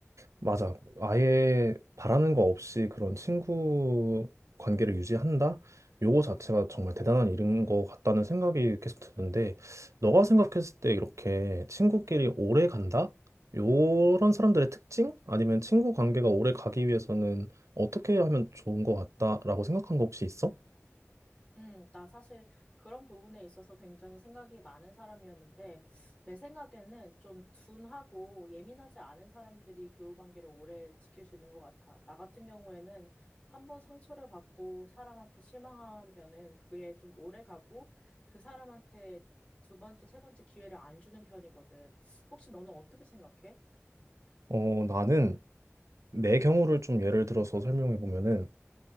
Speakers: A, on the right (about 85°); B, on the left (about 20°).
A: 맞아. 아예 바라는 거 없이 그런 친구 관계를 유지한다? 요거 자체가 정말 대단한 일인 것 같다는 생각이 계속 드는데, 너가 생각했을 때 이렇게 친구끼리 오래 간다? 요런 사람들의 특징? 아니면 친구 관계가 오래 가기 위해서는 어떻게 하면 좋은 것 같다라고 생각한 거 혹시 있어?
B: 음, 나 사실 그런 부분에 있어서 굉장히 생각이 많은 사람이었는데, 내 생각에는 좀 둔하고 예민하지 않은 사람들이 교우관계를 오래 지킬 수 있는 것 같아. 나 같은 경우에는 한 번 상처를 받고 사람한테 실망하면은 그게 좀 오래 가고 그 사람한테 두 번째, 세 번째 기회를 안 주는 편이거든. 혹시 너는 어떻게 생각해?
A: 어, 나는 내 경우를 좀 예를 들어서 설명해 보면은,